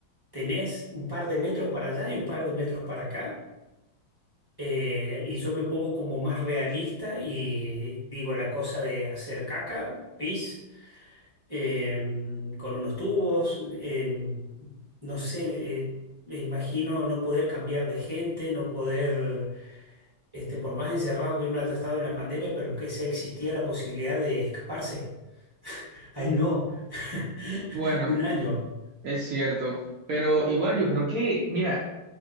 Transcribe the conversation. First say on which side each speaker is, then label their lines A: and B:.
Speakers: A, on the right; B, on the right.
A: Tenés un par de metros para allá y un par de metros para acá, eh, y yo me pongo como más realista y digo la cosa de hacer caca, pis em, con unos tubos, em, no sé, eh, me imagino no poder cambiar de gente, no poder, este, por más encerrado que uno haya estado en la pandemia, pero aunque sea existía la posibilidad de escaparse. Ahí
B: Mm,
A: no, <laughs>
B: Bueno,
A: un año,
B: es cierto, pero igual yo creo que, mira,